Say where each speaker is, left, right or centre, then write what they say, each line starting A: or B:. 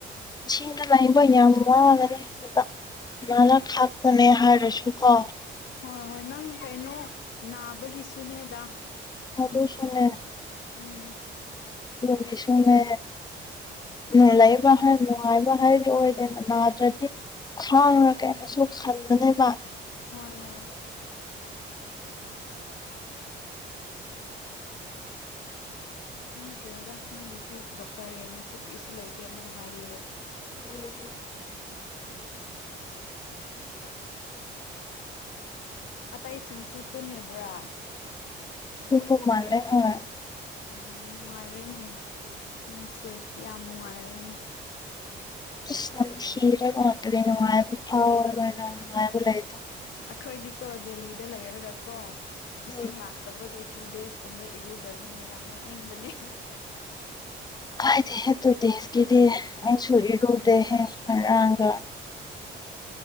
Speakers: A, on the left (about 20°); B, on the left (about 70°).
A: ꯁꯤꯅ ꯂꯩꯕ ꯌꯥꯝ ꯋꯥꯒꯔꯦ ꯑꯗꯨꯇ ꯉꯂꯛ ꯊꯥꯛꯀꯅꯤ ꯍꯥꯏꯔꯁꯨ ꯀꯣ
B: ꯍꯣꯏ ꯍꯣꯏ ꯅꯪ ꯀꯩꯅꯣ ꯅꯥꯕꯒꯤꯁꯨꯅꯦꯗ
A: ꯑꯗꯨꯁꯨꯅꯦ
B: ꯎꯝ
A: ꯇꯨꯒꯤꯁꯨꯅꯦ ꯅꯦꯍꯦ ꯂꯩꯕ ꯍꯥꯏ ꯅꯨꯡꯉꯥꯏꯕ ꯍꯥꯏꯔꯗꯤ ꯑꯣꯏꯗꯦꯗ ꯅꯥꯗ꯭ꯔꯗꯤ ꯈꯥꯡꯔꯒꯦꯅꯁꯨ ꯈꯟꯕꯅꯦ ꯃꯥ
B: ꯍꯣꯏ ꯍꯣꯏ ꯈꯪꯗ꯭ꯔꯦꯗ ꯅꯪꯒꯤꯁꯤ ꯗꯣꯛꯇꯔ ꯌꯦꯡꯉꯁꯨ ꯀꯔꯤꯁꯨ ꯂꯩꯇꯦ ꯑꯃꯨꯛ ꯍꯥꯏꯌꯦ
A: <inaudible>
B: <inaudible> ꯑꯇꯩꯁꯤꯡꯁꯨ ꯇꯨꯝꯃꯤꯕ꯭ꯔꯥ
A: ꯇꯨꯝꯕ ꯃꯥꯥꯜꯂꯦ ꯍꯣꯏ
B: ꯎꯝ ꯅꯨꯡꯉꯥꯏꯔꯦꯅꯦ ꯅꯣꯏꯁꯦ ꯌꯥꯝ ꯅꯨꯡꯉꯥꯏꯔꯦꯅꯦ
A: ꯁꯏ ꯅꯝꯊꯤꯔꯒ ꯉꯥꯛꯇꯅꯦ ꯅꯨꯡꯉꯥꯏꯕ ꯐꯥꯎꯔꯕꯔꯥ ꯅꯪ ꯅꯨꯡꯉꯥꯏꯕꯨ ꯂꯩꯇꯦ
B: ꯑꯈꯣꯏꯗꯤꯀꯣ ꯗꯦꯂꯤꯗ ꯂꯩꯔꯒ ꯀꯣ
A: ꯎꯝ
B: ꯏꯁꯤꯡ ꯂꯥꯛꯇꯕꯒꯤ ꯇꯨ ꯗꯦꯖ ꯀꯨꯝꯕ ꯏꯔꯨꯗꯕꯅꯤ ꯌꯥꯝ ꯅꯣꯛꯅꯤꯡꯕꯅꯦ
A: ꯀꯥꯏꯗꯦ ꯍꯦ ꯇꯨꯗꯦꯁꯀꯤꯗꯤ ꯑꯩꯁꯨꯏꯔꯤ ꯔꯨꯗꯦꯍꯦ ꯉꯔꯥꯡꯒ